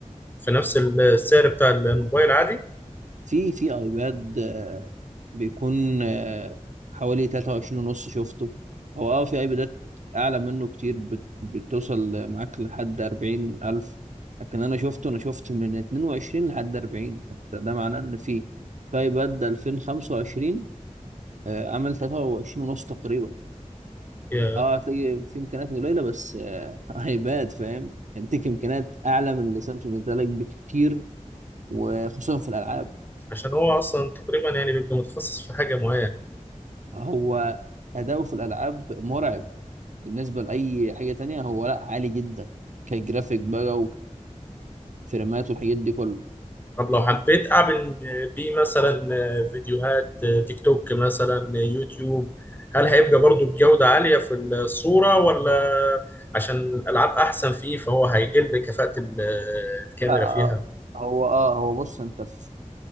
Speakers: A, on the left (about 15°); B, on the right (about 70°).
A: نفس السعر بتاع الموبايل عادي
B: في في ايباد آه، بيكون آه، حوالي 23 ونص شفته هو اه في ايبادات اعلى منه كتير بت- بتوصل معاك لحد 40 الف لكن انا شفته انا شفت من 22 لحد 40 فده معناه ان في في ايباد 2025 آه، عامل 23 ونص تقريبا
A: يا-
B: اه هتلاقي في امكانيات قليله بس آه، <laughs> ايباد فاهم هيديك امكانيات اعلى من اللي سامسونج ادالك بكتير وخصوصا في الالعاب
A: عشان هو اصلا تقريبا يعني بيبقى متخصص في حاجه معينه
B: هو أداؤه في الألعاب مرعب بالنسبة لأي حاجة تانية هو لأ عالي جدا كجرافيك بقى وكفريمات والحاجات دي كلها
A: طب لو حبيت أعمل بيه مثلا فيديوهات تيك توك مثلا يوتيوب هل هيبقى برضو بجودة عالية في الصورة ولا عشان الألعاب أحسن فيه فهو هيقل كفاءة ال- الكاميرا
B: لا آه،
A: فيها
B: هو اه هو بص انت في